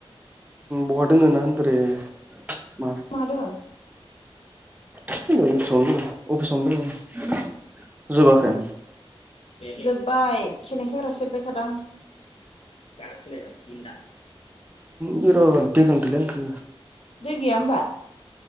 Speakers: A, on the right; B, on the left.
A: बहा दोङ ना होनदोरे नै
B: मादों
A: अफिसयावनो दं अफिस संदों जोबाखै
B: जोबबाय खेनाय खाग्रासो हेबबाय थादों आं दानसो बिन दास
A: बिराद दै गांदोंलै आंखो
B: दै गैया होमबा